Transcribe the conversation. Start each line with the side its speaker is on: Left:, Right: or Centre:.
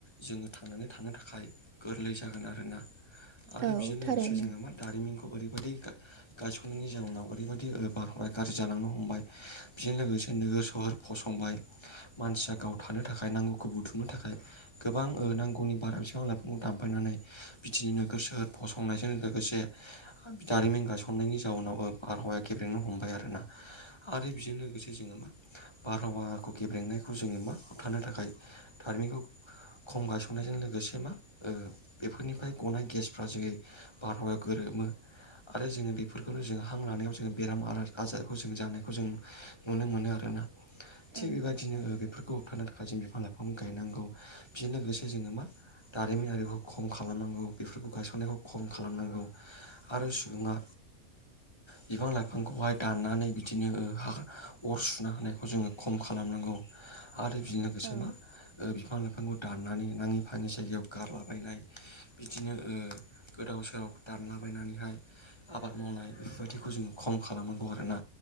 Left: जोङो थांनानै थानो थाखाय गोरलै जागोन आरोना। आरो
Right: औ
Left: बेजों लोगोसे
Right: थारैनो
Left: जोङो मा जारिमिनखौ ओरैबायदि गा गायसननायनि जाउनाव ओरैबायदि बार हावाया गाज्रि जालांनो हमबाय बेजों लोगोसे नोगोर सहर फसंबाय मानसिया गाव थानो थाखाय नांगौखौ बुथुमनो थाखाय गोबां ओ नांगौनि बारा बिफां लाइफांखौ दामफायनानै बिदिनो नोगोर सो फसंनायजों लोगोसे दारिमिन गासननायनि जाउनाव ओ बारहावाया गेब्रेनो हमबाय आरोना। आरो बेजों लोगोसे जोङो मा बारहावाहाखौ गेब्रेंनायखौ जोङो मा होबथानो थाखाय दारिमिखौ खम गायसननायजों लोगोसे मा बेफोरनिफ्राय गनाय गेस फ्रा जोङै बारहावायाव गोरोमो आरो जोङो बेफोरखौनो जों हां लानायाव जोङो बेराम आ-आजारखौ जों जानायखौ जों नुनो मोनो आरोना। थिग
Right: औ
Left: बेबायदिनो ओ बेफोरखौ होबथानो बायदि बिफां लाइफां गायनांगौ बिजों लोगोसे जोङो मा दारिमिनारिखौ खम खालामनांगौ बेफोरखौ गायसननायखौ खम खालामनांगौ आरो सुबुङा बिफां लाइफांखौहाय दाननानै बिदिनो ओ हा अर सुनो हानायखौ जोङो खम खालामनांगौ। आरो बिदिनो लोगोसे
Right: औ
Left: मा बिफां लाइफांखौ दाननानै नाङि फाङि जायगायाव गारलाबायनाय बिदिनो ओ गोदाव सोराव दानलाबायनानैहाय आबाद मावनाय बेफोरबायदिखौ जोंङो खम खालामनांगौ आरोना